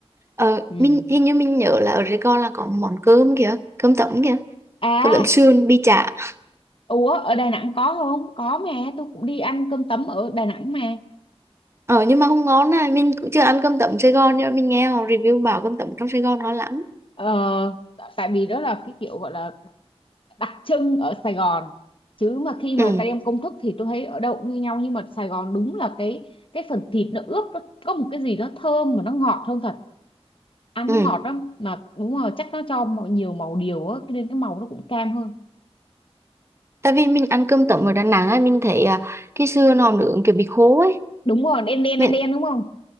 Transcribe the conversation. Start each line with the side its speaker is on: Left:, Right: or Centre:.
Right: ờ
Left: ừ.
Right: mình hình như mình nhớ là ở Sài Gòn là có món cơm kìa cơm tấm kìa
Left: à
Right: cơm tấm sườn bi chả
Left: ủa ở Đà Nẵng có không có mà tôi cũng đi ăn cơm tấm ở Đà Nẵng mà
Right: ờ nhưng mà không ngon này mình cũng chưa ăn cơm tấm Sài Gòn nhưng mà mình nghe họ review bảo cơm tấm trong Sài Gòn ngon lắm
Left: Ờ, tại vì đó là cái kiểu gọi là đặc trưng ở Sài Gòn chứ mà khi mà
Right: ừ
Left: tay em công thức thì tôi thấy ở đâu cũng như nhau nhưng mà Sài Gòn đúng là cái cái phần thịt nó ướp nó có một cái gì nó thơm mà nó ngọt hơn thật ăn
Right: ừ
Left: nó ngọt lắm mà đúng rồi chắc nó cho mọi- nhiều màu điều á cho nên cái màu nó cũng cam hơn
Right: tại vì mình ăn cơm tấm ở Đà Nẵng ấy mình thấy à, cái sườn nó nướng kiểu bị khô ấy
Left: đúng rồi đen đen
Right: mình
Left: đen đen đúng không